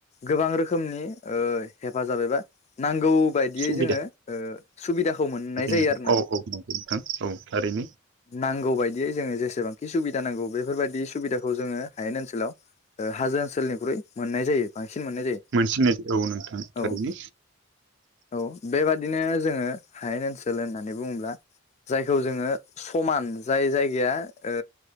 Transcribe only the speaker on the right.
सुबिदा
नोंथां
औ औ नंगौ नोंथां औ थारैनो।
मोनसेनो औ नोंथां थारैनो।